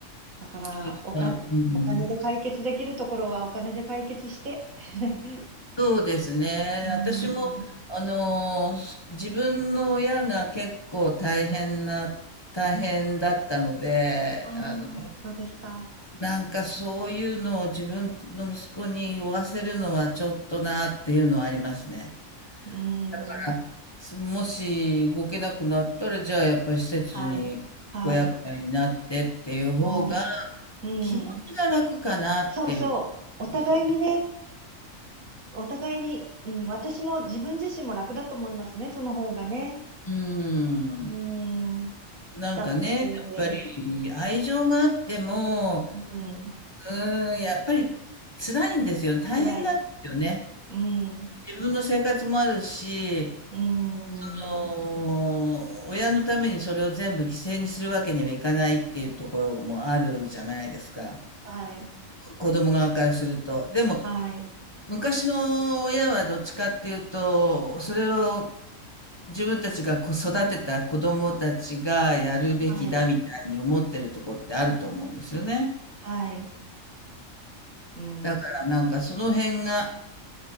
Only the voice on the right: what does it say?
だから、
おか、
お金で解決できるところはお金で解決して、<laughs>
うん、
ああ、
そうですか。
うん、
はい、はい、はい、う
ん、そうそう、お互いにね、お、お互いに、うん、私も自分自身も楽だと思いますね、その方がね。
うん、
だって、
うん、
辛い、うん、
うん、
はい、
はい。
はい、はい、うん、
う